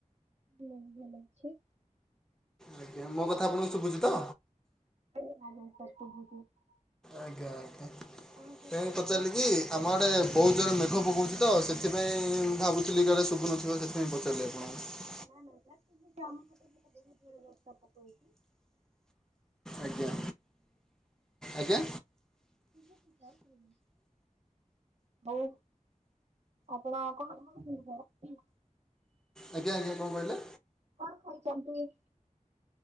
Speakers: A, on the right; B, in the centre.
A: ମୁଁ ଭଲ ଅଛି।
B: ଆଜ୍ଞା ମୋ କଥା ଆପଣଙ୍କୁ ଶୁଭୁଛି ତ?
A: <unintelligible>
B: ଆଜ୍ଞା ଆଜ୍ଞା
A: କଣ କରୁଛନ୍ତି
B: ଫେନ୍ ପଚାରିଲି
A: ସାର୍?
B: କି ଆମ ଆଡେ ବହୁତ ଜୋରରେ ମେଘ ପକାଉଛି ତୋ, ସେଥିପାଇଁ ଭାବୁଥିଲି କାଳେ ଶୁଭୁନଥିବ, ସେଥିପାଇଁ ପଚାରିଲି ଆପଣଙ୍କୁ
A: ନା ନା ସାର୍, ତ ଆମ ପଟେ ତ ବହୁତ ଜୋରରେ ବର୍ଷା ପକାଉଚି।
B: ଆଜ୍ଞା ଆଜ୍ଞା।
A: <unintelligible> ଯାଉଛି। ହଉ ଆପଣ କଣ <unintelligible>
B: ଆଜ୍ଞ ଆଜ୍ଞା କଣ କହିଲେ?
A: କଣ ଖାଇଚନ୍ତି?